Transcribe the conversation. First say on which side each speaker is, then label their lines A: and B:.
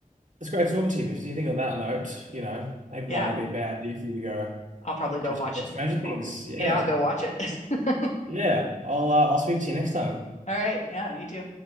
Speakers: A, on the right; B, on the left.
A: it's great talking to you, Missy. You think on that note, you know, maybe
B: yeah,
A: it might not be a bad idea for you to go
B: I'll probably go
A: catch
B: watch
A: up with
B: it.
A: Stranger Things.
B: I'll-
A: Yeah.
B: yeah, I'll go watch it. <laughs>
A: Yeah. I'll uh, I'll speak to you next time.
B: All right. Yeah, you too.